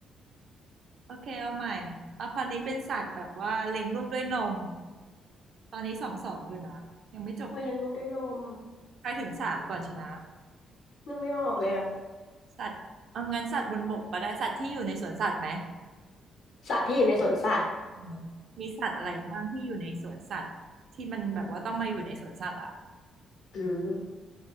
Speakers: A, on the right; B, on the left.
A: โอเคเอาใหม่เอาคราวนี้เป็นสัตว์แบบว่าเลี้ยงลูกด้วยนมตอนนี้สองสองอยู่นะยังไม่จบ
B: โอ้ยเลี้ยังลูกด้วยนม
A: ไปถึงสามก่อนชนะ
B: นึกไม่ออกเลยอะ
A: สัตว์เอางั้นสัตว์บนบกก็ได้สัตว์ที่อยู่ในสวนสัตว์ไหม
B: สัตว์ที่อยู่ในสวนสัตว์
A: เออมีสัตว์อะไรบ้างที่อยู่ในสวนสัตว์ที่มันแบบว่าต้องมาอยู่ในสวนสัตว์อ่ะ
B: อืม